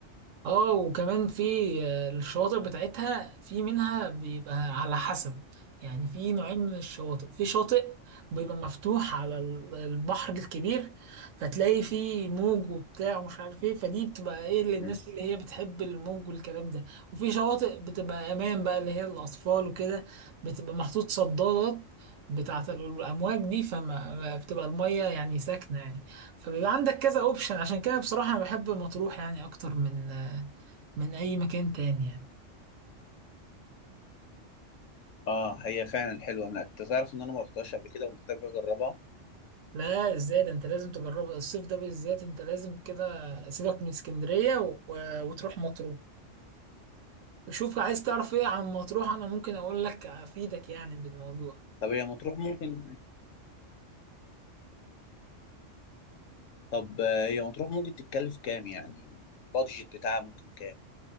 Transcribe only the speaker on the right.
اه وكمان في آه، الشواطئ بتاعتها في منها بيبقى على حسب يعني في نوعين من الشواطئ في شاطئ بيبقى مفتوح على ال- البحر الكبير فتلاقي فيه موج وبتاع ومش عارف ايه فدي بتبقى ايه للناس
اللي هي بتحب الموج والكلام ده وفي شواطئ بتبقى امان بقى اللي هي الاطفال وكده بتبقى محطوط صدادات بتاعة الأمواج دي فما بتبقى المية يعني ساكنة يعني فبيبقى عندك كذا اوبشن عشان كده بصراحة أنا بحب مطروح يعني أكتر من من اي مكان تاني يعني
لا ازاي ده انت لازم تجربه الصيف ده بالذات انت لازم كده سيبك من اسكندرية و... و- وتروح مطروح وشوف عايز تعرف ايه عن مطروح انا ممكن اقول لك افيدك يعني بالموضوع